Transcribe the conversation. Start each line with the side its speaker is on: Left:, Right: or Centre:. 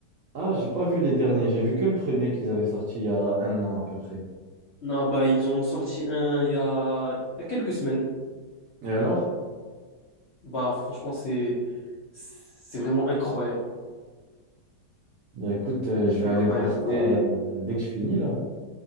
Right: Ah, j'ai pas vu les derniers. J'ai vu que le premier qu'ils avaient sorti il y a un an à peu près.
Left: Non, bah, ils en ont sorti un il y a, il y a quelques semaines.
Right: Et alors?
Left: Bah, franchement, c'est, c'est vraiment incroyable.
Right: Bah écoute, euh, je vais
Left: Incroyable.
Right: aller voir ça euh,
Left: J'ai,
Right: dès que je finis là.